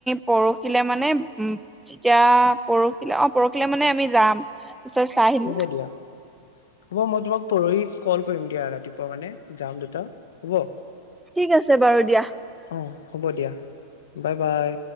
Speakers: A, in the centre; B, on the left.
A: পৰহিলে মানে, যেতিয়া পৰহিলে অ পৰহিলৈ মানে আমি যাম। তাৰপিছত চাই আহিম
B: হ'ব দিয়া হ'ব মই তোমাক পৰহি কল কৰিম দিয়া, ৰাতিপুৱা মানে যাম দুটা হ'ব।
A: ঠিক আছে বাৰু দিয়া।
B: অঁ হ'ব দিয়া, বাই বাই।